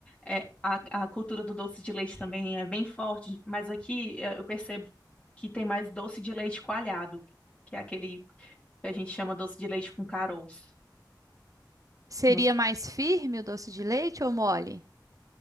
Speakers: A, on the left; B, on the right.
A: é, a, a cultura do doce de leite também é bem forte, mas aqui é, eu percebo que tem mais doce de leite coalhado, que é aquele que a gente chama doce de leite com caroço.
B: Seria
A: Nos-
B: mais firme o doce de leite ou mole?